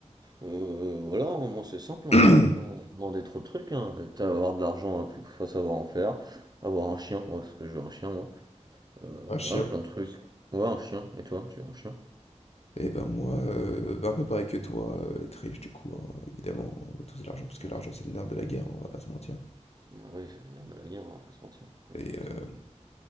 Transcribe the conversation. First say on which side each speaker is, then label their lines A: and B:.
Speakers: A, on the right; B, on the left.
A: euh, voilà, hein, moi c'est simple,
B: <clears throat>
A: hein, je vais pas demander trop de trucs, hein. T'as- Avoir de l'argent, hein, plus que faut savoir en faire, avoir un chien, ouais, parce que je veux un chien moi, Euh,
B: Un chien.
A: voilà, plein de trucs. Ouais, un chien, et toi, tu veux un chien?
B: Eh ben moi, euh, bah, un peu pareil que toi, euh, être riche du coup, hein, évidemment, euh, tout de l'argent, parce que
A: Ah,
B: l'argent c'est le nerf de la guerre, hein, on va pas se mentir.
A: oui, c'est le nerf de la guerre, on va pas se mentir, exactement.
B: Et euh,